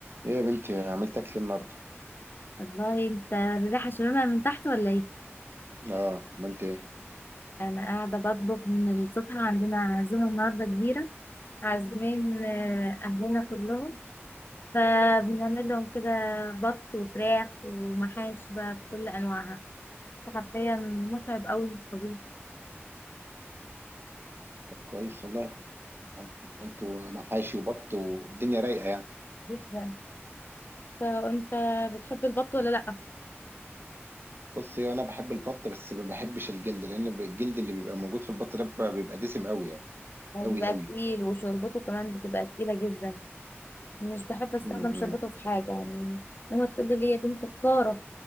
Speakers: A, on the right; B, on the left.
A: ايه يا بنتي عملت اكل النهارده
B: والله انت الريحة شممها من تحت ولا ايه؟
A: اه عملت ايه
B: انا قاعدة بطبخ من الصبح عندنا عزومة النهاردة كبيرة عازمين آه، اهلنا كلهم فبنعمل لهم كده بط وفراخ ومحاش بقى بكل انواعها حرفيا متعب قوي الطبيخ
A: كويس والله عملت محاشي وبط والدنيا رايقه يعني
B: جدا فانت بتحب البط ولا لا
A: بص هو انا بحب البط بس ما بحبش الجلد لان الجلد اللي بيبقى موجود في البط ده بيبقى بيبقى دسم قوي يعني
B: هو
A: قوي
B: بيبقى
A: قوي
B: تقيل وشوربته كمان بتبقى تقيلة جدا مش بحب استخدم
A: امم
B: شوربته في حاجة يعني ماما تقول لي يا بنتي خسارة